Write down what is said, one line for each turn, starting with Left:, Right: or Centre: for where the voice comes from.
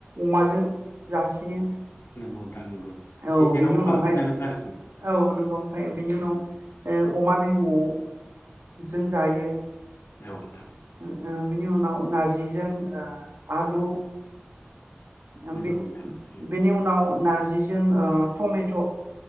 Right: अमाजों जासिनो।
Left: नंगौ नोंथां नंगौ
Right: औ
Left: बे जेरावबो
Right: बिनि उनावहाय
Left: बांसिनानोखा आरोखि।
Right: औ नंगौ ओमफ्राय
Left: उम
Right: बिनि उनाव
Left: उम
Right: ओ अमा बिब'जों जायो।
Left: औ नोंथां
Right: ओ बिनि उनाव नारजिजों ओ आलु ओम
Left: नंगौ
Right: बे
Left: नोंथां उम
Right: बेनि उनाव नार जिजों ओ टमेट'